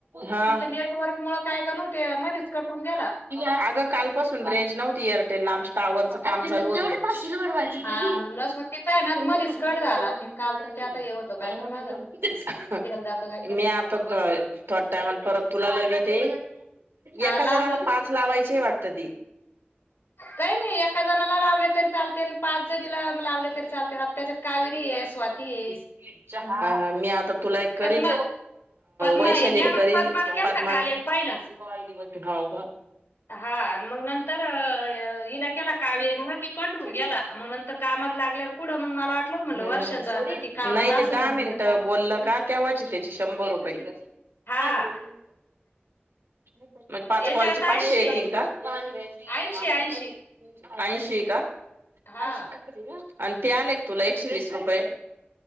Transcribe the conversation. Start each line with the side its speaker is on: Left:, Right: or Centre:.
Right: हा
Left: तिथं नेटवर्क मुळ काय का नव्हते मध्येच कट होऊन गेला.
Right: अग कालपासून रेंज नव्हती एअरटेलला. आमच्या टॉवरच काम चालू होतं. कुठली बर भाजी
Left: हा
Right: केली?
Left: म्हणलंच मग तिचा आहे ना
Right: <unintelligible>
Left: मधीच कट झाला मग काल तर ते आता हे होतो काय पण माझा तेल जातो काय करून
Right: मी आता थोड टायमाला परत तुला लविते.
Left: हा
Right: एका
Left: लाव
Right: जनाला
Left: ना
Right: पाच लावायचे वाट वाट ते.
Left: काही नाही एका जणाला लावले तरी चाल त्यान पाच जणीला लावले तरी चालत. आ त्याच्यात कावेरी ये स्वाती आहे.
Right: बिस्किट चहा मी आता तुला एक करीन
Left: पद्मा पद्मा
Right: वैशालीला,
Left: आहे मी मग
Right: करीन
Left: पद्माला
Right: पद्मा
Left: केलता काल
Right: ला करीन,
Left: एक पाहिला
Right: हाऊ का
Left: हा आणि मग नंतर अ, हिला केला कावेरीला ते कट होऊन गेला
Right: <unintelligible>
Left: मग नंतर कामात लागल्यावर कुठं मग मला वाटलंत
Right: हम्म
Left: म्हणलं वर्षाचा
Right: सोडील
Left: आता ती कामात
Right: नाही ते
Left: असं
Right: दहा
Left: म्हण
Right: मिनिटं बोललं का तेव्हाची त्याची शंभर रुपये.
Left: हा
Right: पानी ब <inaudible> मग पाच
Left: याच्या
Right: कॉलचे
Left: आता
Right: पाचशे
Left: ऐंशी
Right: येतीनं
Left: आहे.
Right: का? री
Left: ऐंशी ऐंशी
Right: <unintelligible> ऐशी का?
Left: हा
Right: अशी करिती ग. आणि ते आले क तुला, एकशे वीस रुपये.